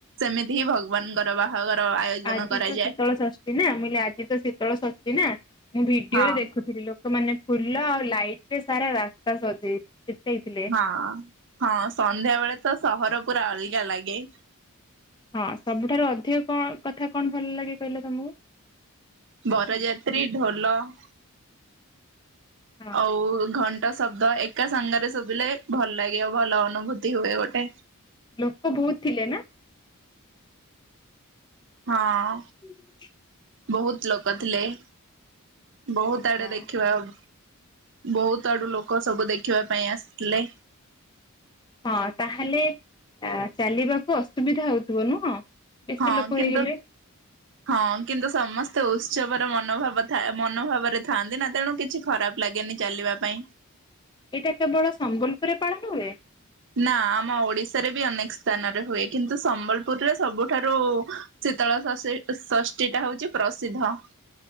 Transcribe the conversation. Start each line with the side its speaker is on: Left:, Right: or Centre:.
Right: ସେମିତି ହିଁ ଭଗବାନଙ୍କର ବାହାଘର। ଆୟୋଜନ
Left: ଆଜି
Right: କରାଯାଏ
Left: ତ ଶୀତଳ ଷଷ୍ଠୀ ନା ମୁିଲେ ଆଜି ତ ଶୀତଳ ଷଷ୍ଠୀ। ନା <unintelligible> ମୁଁ ଭିଡିଓ
Right: ହଁ
Left: ରେ ଦେଖୁଥିଲି ଲୋକମାନେ- ଫୁଲ ଆଉ ଲାଇଟ ରେ ସାରା ରାସ୍ତା ସଜେଇ ସଜେଇଥିଲେ
Right: ହଁ ହଁ ସନ୍ଧ୍ୟାବେେଳେ ତ ସହର- ପୁରା ଅଲଗା ଲାଗେ। <inaudible>
Left: ହଁ ସବୁଠାରୁ ଅଧିକ କଣ କଥା କଣ ଭଲ ଲାଗେ କହିଲ ତମକୁ?
Right: ବରଯାତ୍ରୀ ଢୋଲ <inaudible>
Left: ହଁ
Right: ଆଉ ଘଣ୍ଟା ଟ ଶବ୍ଦ ଏକା ସାଙ୍ଗରେ ଶୁଭିଲେ ଭଲ ଲାଗେ ଆଉ ଭଲ ଅନୁଭୂତି ହୁଏ ଗୋଟେ।
Left: ଲୋକ ବହୁତ ଥିଲେ ନା?
Right: ହଁ।
Left: ହୁଁ <unintelligible>
Right: ବହୁତ ଲୋକ ଥିଲେ। <inaudible> ବହୁତ ଆଡେ
Left: ହଁ
Right: ଦେଖିବା ଆଉ <inaudible> ବହୁତ ଆଡୁ ଲୋକ ସବୁ ଦେଖ ଖିବା ପାଇଁ ଆସଥିଲେ।
Left: ହଁ ତାହେଲେ ଚାଲିବାକୁ ଅସୁବିଧା ହଉଥିବ ନୁହଁ? ବେଶୀ
Right: ହଁ
Left: ଲୋକ
Right: କିନ୍ତୁ
Left: ହେଇଗଲେ
Right: ହଁ କିନ୍ତୁ ସମସ୍ତେ ଉ ଉତ୍ସବର ମନୋଭାବ ମନୋଭାବରେ ଥାଆନ୍ତି ନା ତେଣୁ କିଛି ଖରାପ ଲାଗେନି ଚାଲିବା ପାଇଁ।
Left: ଏଇଟା କେବଳ ସମ୍ବଲପୁରରେ ପାଳନ ହୁଏ?
Right: ନା ଆମ ଓଡିଶାରେ ବି ଅନେକ ସ୍ଥାନରେ ହୁଏ କିନ୍ତୁ ସମ୍ବଲପୁରରେ ସବୁଠାରୁ ଶୀତଳ <unintelligible> ଷୀ ଷଷ୍ଠୀ ଟା ହଉଛି ପ୍ରସିଦ୍ଧ।